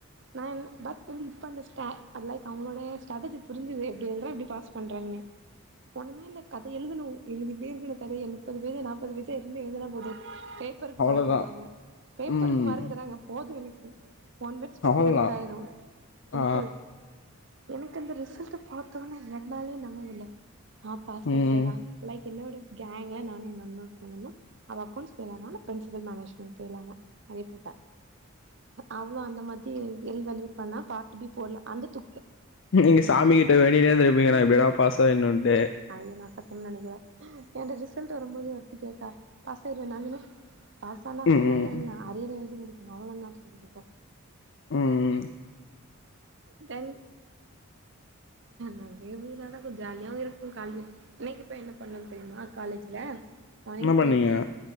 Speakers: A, on the right; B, on the left.
A: நா என் பட் வந்து இப்ப அந்த ஸ் ட லைக் அவங்களோடைய ஸ்டாட்டர்ஜி புரிஞ்சுது எப்டி எழுறா எப்டி பாஸ் பண்றாங்கன்னு ஒன்னுமே இல்ல கத எழுதணு எழுதிட்டே இருக்கணு கத எழு முப்பது பேஜு நாப்பது பேஜா இருந்து எழுதுனா போது பேப்பருக்கு
B: அவ்ளோதா
A: மார்க் தராங்க பேப்பருக்கு
B: ம்
A: மார்க்கு தராங்க போது எனக் ஒன் வெட்ஸ் பத்து
B: அவ்ளோதா
A: கரெக்ட்டாயிரு சிம்பிள்
B: ஆ
A: எனக்கு அந்த ரிசல்ட்ட பாத்தோன்னே என்னாலே நம்ம முல்ல நா பாஸ்
B: ம்
A: ஆயிட்டேனா லைக் என்னோட கேங்ல நா என் இன்னொரு பொண்ணு தா அவ அக்கௌண்ட்ஸ் ஃபெயில் ஆனா நா பென்சிபல் மேனேஜ்மெண்ட் ஃபெயில் ஆன அனிபுட்டே அவளு அந்த மாதி ரீ வேல்யூட் பண்ணா பார்ட் பி போலா அந்த து
B: நீங்க சாமி கிட்ட வேண்டினே இருந்திருப்பீங்க நா எப்டியாடா பாஸ் ஆயிடணுன்ட்டு
A: <unintelligible> <unintelligible> நெனைக்கிறே என்ட ரிசல்ட் வரம்போது ஒருத்தி கேட்டா பாஸ் ஆயிரு நா சொன்னே பாஸானா ஃபெயிலானா
B: ம் ம்
A: என்ன அரியர் எழுதி முடிக்கணு <unintelligible> சொல்லிருக்கோ
B: ம் ம்
A: தென் நெறைய இப்டி நடக்கு ஜாலியாவு இருக்கு காலி இன்னைக்கு போயி என்ன பண்ணன் தெரிமா காலேஜ்ல மானிங்
B: என்ன
A: போயிட்டோ
B: பண்ணீங்க